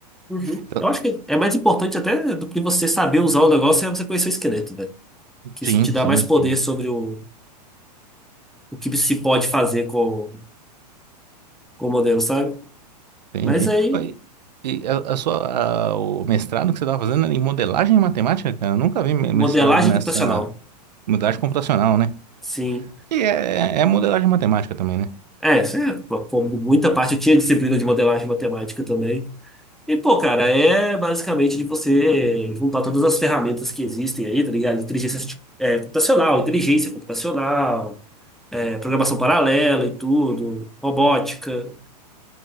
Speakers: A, in the centre; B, on the right (about 80°).
A: Uhum.
B: Então,
A: Eu acho que é mais importante até do que você saber usar o negócio é você conhecer o esqueleto, velho. que isso
B: sim,
A: te dá
B: sim,
A: mais poder
B: sim,
A: sobre o, o que se pode fazer com, com o modelo, sabe?
B: entendi.
A: Mas aí,
B: Ó, E, e a, a sua, a- o mestrado que você estava fazendo era em modelagem e matemática, cara? Eu nunca vi me-
A: modelagem
B: mestrado nessa
A: computacional,
B: modelagem computacional, né?
A: sim.
B: E é, é modelagem matemática também, né?
A: É, isso é, pô, muita parte eu tinha disciplina de modelagem matemática também. E, pô, cara, é basicamente de você juntar todas as ferramentas que existem aí, tá ligado? Inteligência arti- é, computacional, inteligência computacional, é, programação paralela e tudo, robótica.